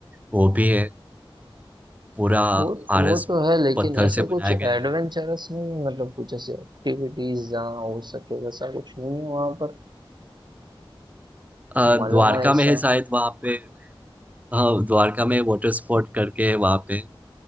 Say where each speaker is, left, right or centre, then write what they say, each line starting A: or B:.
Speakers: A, on the right; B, on the right.
A: वो भी है अ, पूरा
B: वो वो
A: आरस
B: तो है लेकिन
A: पत्थर
B: ऐसा
A: से बनाया
B: कुछ एडवेंचरस
A: गया है
B: नहीं है मतलब कुछ ऐसे एक्टिविटीज जहाँ हो सके वैसा कुछ नहीं है वहाँ पर
A: अ,
B: मजा
A: द्वारका
B: ऐसा
A: में है शायद वहाँ पे हाँ द्वारका में वाटर स्पोर्ट करके है वहाँ पे